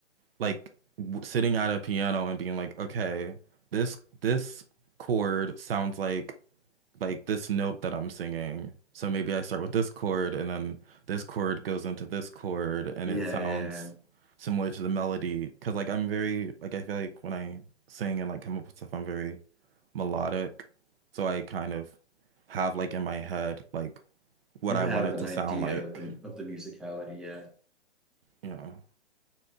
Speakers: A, on the right (about 55°); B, in the centre.
A: like w sitting at a piano and being like okay this this chord sounds like like this note that I'm singing. So maybe I start with this chord and then this chord goes into this chord and
B: yeah.
A: it
B: yeah
A: sounds
B: yeah yeah
A: similar to the melody. Cause like I'm very like I feel like when I sing and like come up with stuff, I'm very melodic. So I kind of have like in my head like what
B: you
A: I
B: have
A: want it
B: an
A: to
B: idea
A: sound like,
B: of the of the musicality yeah
A: you know.